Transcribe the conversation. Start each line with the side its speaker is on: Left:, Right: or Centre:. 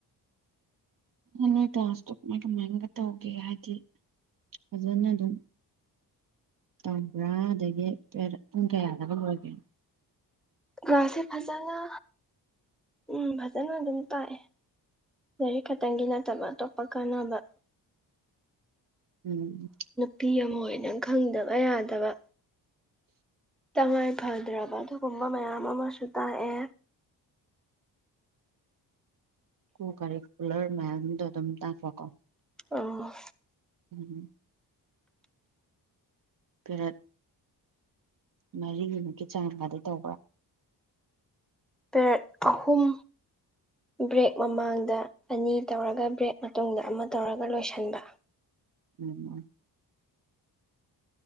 Right: ꯍꯣꯏ ꯅꯣꯏ ꯀ꯭ꯂꯥꯁꯇꯣ ꯀꯃꯥꯏ ꯀꯃꯥꯏꯒ ꯇꯧꯒꯦ ꯍꯥꯏꯗꯤ ꯐꯖꯅ ꯑꯗꯨꯝ ꯇꯧꯕ꯭ꯔꯥ ꯑꯗꯒꯤ ꯄꯦꯔꯠ ꯄꯨꯡ ꯀꯌꯥꯗꯒ ꯂꯣꯏꯒꯦ
Centre: ꯒ꯭ꯔꯥꯁꯦ ꯐꯖꯅ ꯎꯝ ꯐꯖꯅ ꯑꯗꯨꯝ ꯇꯥꯛꯑꯦ ꯂꯥꯏꯔꯤꯛ ꯈꯛꯇꯪꯒꯤ ꯅꯠꯇꯕ ꯑꯇꯣꯞꯄ ꯀꯥꯟꯅꯕ
Right: ꯎꯝ
Centre: ꯅꯨꯄꯤ ꯑꯃ ꯑꯣꯏꯅ ꯈꯪꯗꯕ ꯌꯥꯗꯕ ꯇꯉꯥꯏ ꯐꯗ꯭ꯔꯕ ꯑꯗꯨꯒꯨꯝꯕ ꯃꯌꯥꯝ ꯑꯃꯁꯨ ꯇꯥꯛꯑꯦ
Right: ꯀꯨ ꯀꯔꯤꯀꯨꯂ꯭ꯔ ꯃꯌꯥꯝꯗꯣ ꯑꯗꯨꯝ ꯇꯥꯛꯄ ꯀꯣ
Centre: ꯑꯧ
Right: ꯎꯝ ꯄꯦꯔꯦꯠ ꯃꯔꯤꯏꯃꯨꯛꯀꯤ ꯆꯥꯡꯒꯥꯗꯤ ꯇꯧꯕ꯭ꯔꯥ
Centre: ꯄꯦꯔꯦꯠ ꯑꯍꯨꯝ ꯕ꯭ꯔꯦꯛ ꯃꯃꯥꯡꯗ ꯑꯅꯤ ꯇꯧꯔꯒ ꯕ꯭ꯔꯦꯛ ꯃꯇꯨꯡꯗ ꯑꯃ ꯇꯧꯔꯒ ꯂꯣꯏꯁꯟꯕ
Right: ꯎꯝ